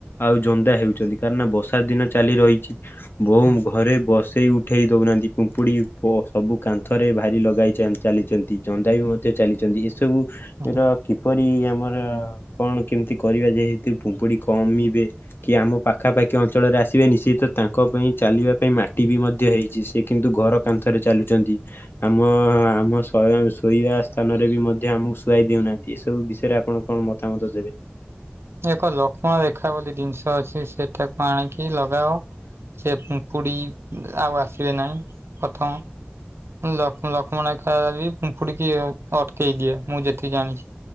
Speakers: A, on the left; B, on the right.
A: ଆଉ ଜନ୍ଦା ହେଉ ଛନ୍ତି କାରଣ ବର୍ଷା ଦିନ ଚାଲି ରହିଛି ବୋଉ
B: ହୁଁ
A: ଘରେ ବସେଇ ଉ ଉଠେଇ ଦେଉନାହାନ୍ତି ପୁମ୍ପୁଡ଼ି ଓ ସବୁ କାନ୍ଥରେ ଭାରି ଲଗାଇ ଚା-ଚାଲିଛନ୍ତି ଜନ୍ଦା ବି ମଧ୍ୟ ଚାଲିଛନ୍ତି ଏସବୁ
B: ହୁଁ
A: ର କିପରି ଆମର <unintelligible> କଣ କେମିତି କରିବା ଯେହେତୁ ପୁମ୍ପୁଡି କମିବେ କି ଆମ ପାଖାପାଖି ଅଞ୍ଚଳରେ ଆସି <unintelligible> ନିଶ୍ଚିତ ତାଙ୍କ ପାଇଁ ଚାଲିବା ପାଇଁ ମାଟି
B: ହୁଁ
A: ବି ମଧ୍ୟ ହେଇଛି ସେ କିନ୍ତୁ ଘର କାନ୍ଥରେ ଚାଲୁଛନ୍ତି। ଆମ ଆମ ଶୋଇବା ଶୋଇବା ସ୍ଥାନରେ ବି ମଧ୍ୟ ଆମ ସୁଆଇ ଦେଉନାହାନ୍ତି ଏସବୁ ବିଷୟରେ ଆପଣ କଣ ମତାମତ ଦେବେ?
B: ଏକ ଲକ୍ଷ୍ମଣ ରେଖା ବୋଲି ଜିନିଷ ଅଛି ସେଟାକୁ ଆଣିକି ଲଗାଅ। ସେ ପିମ୍ପୁଡ଼ି ଆଉ ଆସିବେ ନାହିଁ ପ୍ରଥମ ଲକ୍ଷ ଲକ୍ଷ୍ମଣ ରେଖା ବି ପିମ୍ପୁଡିକି ଅଟକେଇ ଦିଏ ମୁଁ ଯେତିକି ଜାଣିଛି।